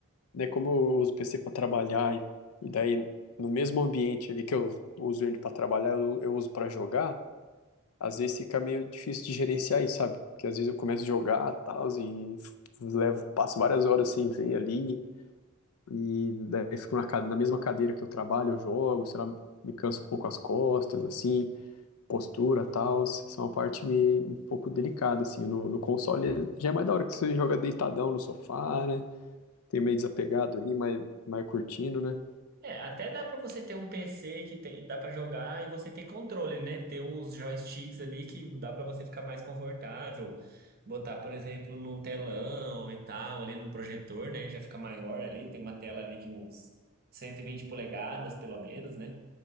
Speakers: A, on the left; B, on the right.
A: né, como eu uso o PC para trabalhar e, e daí no mesmo ambiente ali que eu uso ele para trabalhar, eu, eu uso para jogar, às vezes fica meio difícil de gerenciar isso, sabe? Porque às vezes eu começo a jogar tal, e f- levo, passo várias horas sem ver ali, e daí fico na, cade- na mesma cadeira que eu trabalho, eu jogo, sei lá, me canso um pouco as costas, assim postura tal, essa é uma parte meio, um pouco delicada, assim, no, no console já é mais da hora que você joga deitadão no sofá, né, tem meio desapegado ali, mais, mais curtindo, né,
B: É, até dá pra você ter um PC que tem, dá pra jogar e você ter controle, né? Ter uns joysticks ali que dá pra você ficar mais confortável. Botar, por exemplo, num telão e tal, ali num projetor, né? Já fica maior ali, tem uma tela ali de uns 120 polegadas, pelo menos, né?